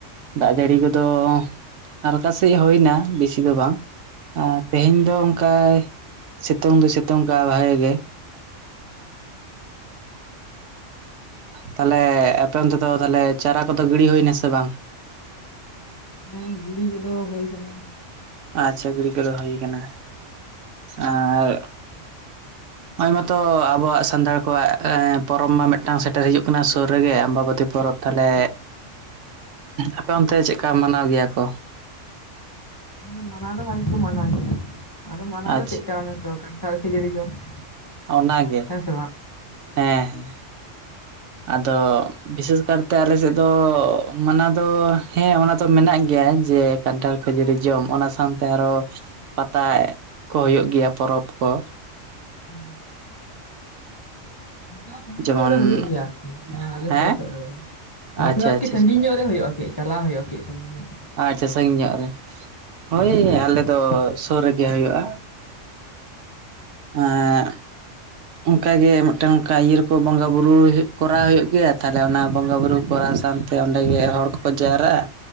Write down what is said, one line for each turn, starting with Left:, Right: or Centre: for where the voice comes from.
Right: ᱫᱟᱜ ᱡᱟᱹᱲᱤ ᱠᱚᱫᱚ ᱦᱟᱞᱠᱟ ᱥᱟ. ᱦᱤᱡ ᱦᱩᱭᱱᱟ ᱵᱤᱥᱤ ᱫᱚ ᱵᱟᱝ ᱟᱨ ᱛᱮᱦᱮᱧ ᱫᱚ ᱚᱱᱠᱟᱭᱻ ᱥᱤ ᱥᱤᱛᱩᱝ ᱫᱚ ᱥᱤᱛᱩᱝ ᱠᱟᱜ ᱵᱷᱟᱭ ᱜᱮ᱾ ᱛᱟᱦᱞᱮ ᱟᱯᱮ ᱚᱱᱛᱮ ᱫᱚ ᱛᱟᱦᱞᱮ ᱪᱟᱨᱟ ᱠᱚᱫᱚ ᱜᱤᱲᱤ ᱦᱩᱭᱱᱟ ᱥᱮ ᱵᱟᱝ?
Left: ᱦᱮᱸ ᱜᱤᱲᱤ ᱠᱚᱫᱚ ᱦᱩᱭ ᱠᱟᱱᱟ᱾
Right: ᱟᱪᱪᱷᱟ ᱜᱤᱲᱤ ᱠᱚ ᱫᱚ ᱦᱩᱭ ᱟᱠᱟᱱᱟ ᱟᱨ ᱟᱭ ᱢᱟᱛᱚ ᱟᱵᱚᱣᱟᱜ ᱥᱟᱱᱛᱟᱲ ᱠᱚᱣᱟᱜ ᱯᱚᱨᱚᱵᱽ ᱢᱟ ᱢᱤᱫᱴᱟᱝ ᱥᱮᱴᱮᱨ ᱦᱤᱡᱩᱜ ᱠᱟᱱᱟ ᱥᱩᱨ ᱨᱮᱜᱮ ᱟᱢᱵᱟ ᱯᱚᱨᱛᱤ ᱯᱚᱨᱚᱵᱽ ᱛᱟᱦᱞᱮ ᱟᱯᱮ ᱚᱱᱛᱮ ᱪᱮᱫᱠᱟ ᱢᱟᱱᱟᱣ ᱜᱮᱭᱟ ᱠᱚ?
Left: <unintelligible>
Right: ᱟᱪᱪᱷᱟ ᱚᱱᱟᱜᱮ᱾
Left: ᱦᱮᱸ ᱥᱮ ᱵᱟᱝ
Right: ᱦᱮᱸ ᱦᱮᱸᱻ ᱟᱫᱚ ᱵᱤᱥᱮᱥ ᱠᱟᱨᱛᱮ ᱟᱞᱮ ᱥᱮᱫ ᱫᱚ ᱢᱟᱱᱟ ᱫᱚ ᱦᱮᱸ ᱚᱱᱟ ᱫᱚ ᱢᱮᱱᱟᱜ ᱜᱮᱭᱟ᱾ ᱡᱮ ᱠᱟᱱᱴᱷᱟᱲ ᱡᱚᱢ ᱚᱱᱟ᱾ ᱥᱟᱶᱛᱮ ᱟᱨᱦᱚ ᱯᱟᱛᱟ ᱠᱚ ᱦᱩᱭᱩᱜ ᱜᱮᱭᱟ ᱯᱚᱨᱚᱵᱽ ᱠᱚ᱾
Left: ᱚ᱾ ᱱᱚᱛᱮ ᱟᱚᱸ ᱥᱟᱺᱜᱤᱧ
Right: ᱡᱮᱢᱚᱱ
Left: ᱧᱚᱜ ᱨᱮ ᱦᱩᱭᱩᱜ ᱜᱮᱭᱟ᱾ ᱟᱞᱮ
Right: ᱦᱮᱸ
Left: ᱥᱩᱨ ᱥᱮᱫ ᱨᱮᱦᱚ᱾
Right: ᱟᱪᱪᱷᱟ
Left: ᱱᱚᱛᱮ ᱵᱟ. ᱲᱛᱤ
Right: ᱟᱪᱪᱷᱟ
Left: ᱥᱟᱺᱜᱤᱧ ᱧᱚᱜ ᱨᱮ ᱦᱩᱭᱩᱜᱼᱟ᱾ ᱠᱟ. ᱡ ᱪᱟᱞᱟᱣ ᱦᱩᱭᱩᱜᱼᱟ ᱠᱟ. ᱡ ᱥᱟᱺᱜᱤ ᱧᱚᱜ᱾
Right: ᱟᱪᱪᱷᱟ ᱥᱟᱺᱜᱤᱧ ᱧᱚᱜ ᱨᱮ᱾ ᱦᱳᱭ ᱟᱞᱮ ᱫᱚ ᱥᱩᱨ ᱨᱮᱜᱮ ᱦᱩᱭᱩᱜᱼᱟ᱾ <inaudible> ᱚᱱᱠᱟᱜᱮ ᱢᱤᱫᱴᱟ. ᱝ ᱚᱱᱠᱟ ᱤᱭᱟᱹ ᱨᱮᱠᱚ ᱵᱚᱸᱜᱟ ᱵᱩᱨᱩ ᱠᱚᱨᱟᱣ ᱦᱩᱭᱩᱜ ᱜᱮᱭᱟ᱾ ᱛᱟᱦᱞᱮ ᱚᱱᱟ ᱵᱚᱸᱜᱟ ᱵᱩᱨᱩ ᱠᱚᱨᱟᱣ ᱥᱟᱶ ᱛᱮ ᱚᱸᱰᱮᱜᱮ ᱦᱚᱲ ᱠᱚᱠᱚ ᱡᱟᱣᱨᱟᱜ ᱟ᱾